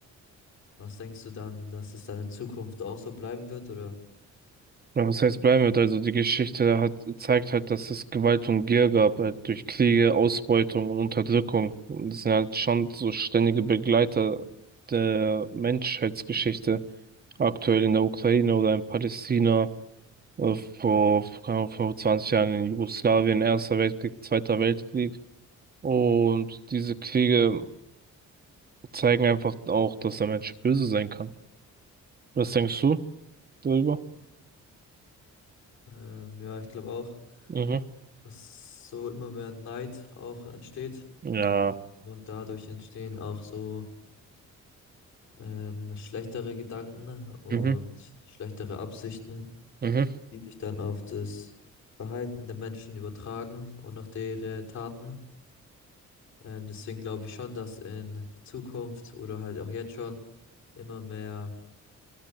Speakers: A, on the left (about 70°); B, on the right (about 30°).
A: Was denkst du dann, dass es dann in Zukunft auch so bleiben wird, oder?
B: Ja, was heißt bleiben wird? Also die Geschichte hat zeigt halt, dass es Gewalt und Gier gab, halt durch Kriege, Ausbeutung und Unterdrückung. Und das sind halt schon so ständige Begleiter der Menschheitsgeschichte. Aktuell in der Ukraine oder in Palästina, äh, vor, keine Ahnung, 25 Jahren in Jugoslawien, Erster Weltkrieg, Zweiter Weltkrieg. Und diese Kriege zeigen einfach auch, dass der Mensch böse sein kann. Was denkst du darüber?
A: Ähm, ja, ich glaube auch.
B: Mhm.
A: dass so immer mehr Neid auch entsteht
B: Ja.
A: und dadurch entstehen auch so ähm, schlechtere Gedanken und
B: Mhm.
A: schlechtere Absichten,
B: Mhm.
A: die sich dann auf das Verhalten der Menschen übertragen und auf ihre Taten. Ähm, deswegen glaube ich schon, dass in Zukunft oder halt auch jetzt schon immer mehr